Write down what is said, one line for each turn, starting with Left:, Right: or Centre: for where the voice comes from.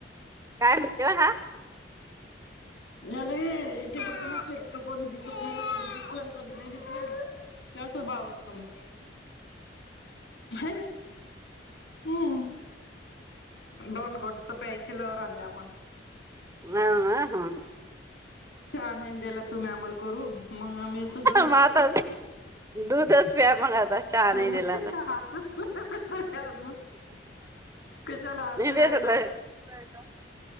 Right: काय म्हणतोय हा?
Left: नाही लई इथे ब कोणी दिसत नाही कधी दिसल कधी नाही दिसल. ते अस बावरत म, हाय ना. हम्म, दोन गोटच प्यायची लहर आली आम्हाला.
Right: आ, अ, हं.
Left: चहा नहीन द्याला तुम्ही आम्हांला करू, मग आम्ही दोन,
Right: मग आता दूधच प्या मग आता चहा
Left: तर
Right: नाही
Left: मग
Right: दिला
Left: पित्त
Right: तर
Left: हा का. या अजून, कशाला आलतू
Right: मी
Left: राहायला.
Right: <unintelligible>